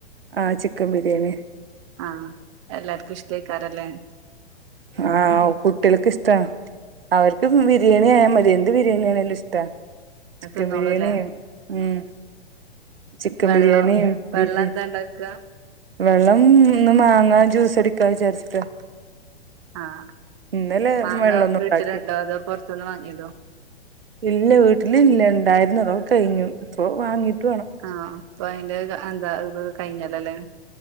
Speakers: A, on the right; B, on the right.
A: ആ ചിക്കൻ ബിരിയാണിയ
B: ആ എല്ലാർക്കും ഇഷ്ട്ടേയ്ക്കാരല്ലേ
A: ആ കുട്യാൾക്ക് ഇഷ്ട അവർക്ക് ബിരിയാണി ആയാ മതി എന്ത് ബിരിയാണിയാണേലും ഇഷ്ടാ ചിക്കൻ
B: തിന്നോളൂല്ലേ
A: ബിരിയാണിയ ഉം ചിക്കൻ
B: വെള്ളം
A: ബിരിയാണി
B: വെള്ളം
A: ബീഫ്
B: എന്താ ഉണ്ടാക്കുക
A: വെള്ളം ന്ന്മാങ്ങാ ജ്യൂസടിക്കാ വിചാരിച്ചിട്ട
B: ആഹ്
A: ഇന്നലെ
B: മാങ്ങ
A: വെള്ളോന്നും
B: വീട്ടിലുണ്ടോ
A: ഉണ്ടാക്കി
B: അതോ പുറത്തുന്ന് വാങ്ങിയതോ
A: ഇല്ല വീട്ടിൽല്ല രണ്ടായിരുന്നതൊ കഴിഞ്ഞു ഇപ്പൊ വാങ്ങീട്ട് വേണം
B: ആഹ അപ്പൊ അയിന്റെ എന്താ ഇ കഴിഞ്ഞാലല്ലേ